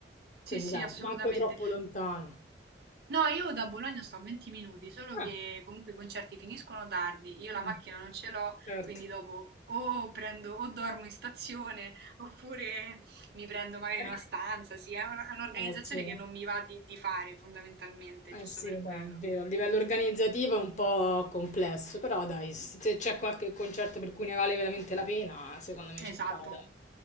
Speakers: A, on the right; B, on the left.
A: sì,
B: quindi
A: sì,
B: dai,
A: assolutamente.
B: manco troppo lontano.
A: No, io da Bologna sto a 20 minuti, solo che
B: Eh,
A: comunque i concerti finiscono tardi, io
B: mh.
A: la macchina non ce l'ho,
B: Certo.
A: quindi dopo o prendo o dormo in stazione <laughs> oppure mi prendo magari
B: <laughs>
A: una stanza, sì, è una- è un'organizzazione
B: Eh, sì.
A: che non mi va di, di fare fondamentalmente,
B: Eh
A: giusto
B: sì,
A: per
B: vabbè,
A: quello.
B: è vero, a livello organizzativo è un po' complesso, però dai, se c'è qualche concerto per cui ne vale veramente la pena, secondo me ci
A: Esatto.
B: sta, dai.